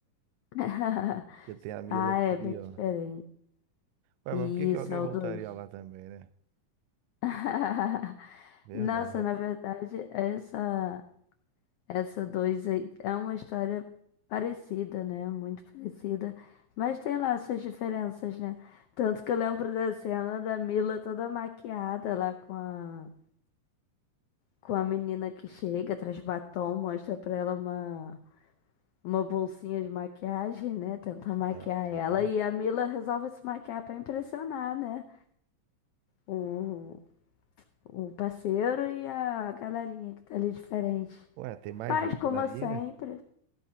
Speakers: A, on the left (about 85°); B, on the right (about 80°).
A: <laughs>
B: Porque tem a Mila
A: Ah,
B: aqui,
A: é bem
B: ó.
A: diferente.
B: Ué,
A: Isso,
B: mas por que que alguém
A: é o
B: voltaria
A: 2.
B: lá também, né?
A: <laughs>
B: Verdade.
A: Nossa, na verdade, essa essa 2 é uma história parecida, né? Muito parecida. Mas tem lá suas diferenças, né? Tanto que eu lembro da cena da Mila toda maquiada lá com a, com a menina que chega, traz batom, mostra pra ela uma, uma bolsinha de maquiagem, né? Tenta maquiar
B: Aham.
A: ela. E a Mila resolve se maquiar pra impressionar, né? o, o parceiro e a galerinha que tá ali diferente.
B: Ué, tem mais
A: Mas,
B: gente
A: como
B: na ilha?
A: sempre,